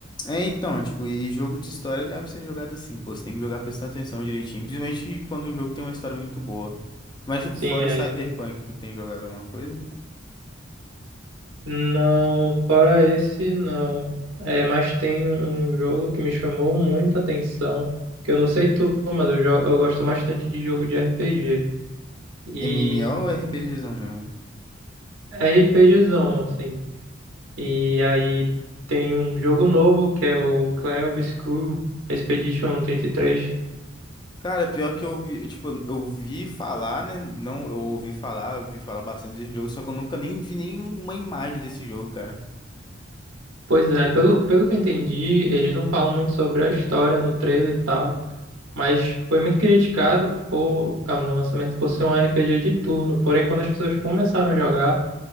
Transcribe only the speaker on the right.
Sim,
aí.
Não, fora esse, não. É, mas tem um um jogo que me chamou muita atenção, que eu não sei tu, mas eu, jo- eu gosto bastante de jogo de RPG. E
RPGzão, assim. E aí tem um jogo novo que é o Clair Obscur Expedition trinta e três
Pois é, pelo, pelo que eu entendi, eles não falam muito sobre a história no trailer e tal. Mas foi muito criticado por, no lançamento por ser um RPG de turno. Porém, quando as pessoas começaram a jogar,